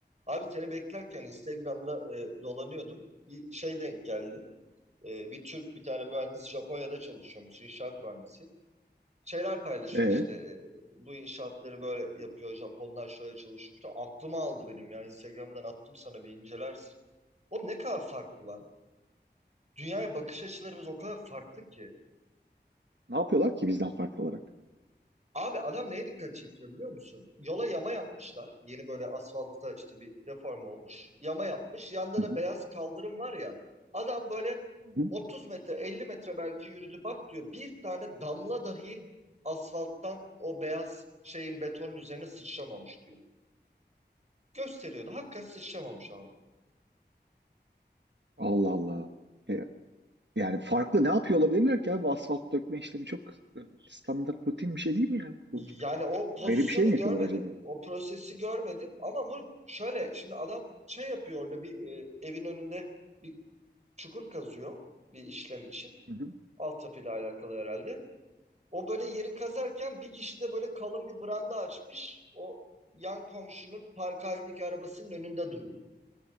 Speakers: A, on the right; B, on the right.
A: Abi seni beklerken Instagram'da e, dolanıyordum. Bir şey denk geldi. E, bir Türk bir tane mühendis Japonya'da çalışıyormuş inşaat mühendisi. Şeyler paylaşıyor
B: E,
A: işte e, bu inşaatları böyle yapıyor Japonlar şöyle çalışıyor. İşte aklıma aldı benim ya Instagram'dan attım sana bir incelersin. Oğlum ne kadar farklı lan. Dünyaya bakış açılarımız o kadar farklı ki.
B: ne yapıyorlar ki bizden farklı olarak?
A: Abi adam neye dikkat çekiyor biliyor musun? Yola yama yapmışlar. Yeni böyle asfaltta işte bir reform olmuş. Yama yapmış. Yanda
B: Hı
A: da
B: hı.
A: beyaz kaldırım var ya. Adam böyle
B: Hı hı.
A: 30 metre 50 metre belki yürüdü bak diyor. Bir tane damla dahi asfalttan o beyaz şeyin betonun üzerine sıçramamış diyor. Gösteriyordu. Hakikaten sıçramamış abi.
B: Allah Allah. E, yani farklı ne yapıyor olabilirler ki abi? Asfalt dökme işlemi çok e, standart rutin bir şey değil mi yani? Bu
A: Yani o pozisyonu
B: ayrı bir şey mi yapıyorlar
A: görmedim.
B: acaba?
A: O prosesi görmedim. Ama bu şöyle şimdi adam şey yapıyor orada bir e, evin önünde bir çukur kazıyor bir işlem için.
B: Hı hı.
A: Altyapıyla alakalı herhalde. O böyle yeri kazarken bir kişi de böyle kalın bir branda açmış. O yan komşunun park halindeki arabasının önünde duruyor.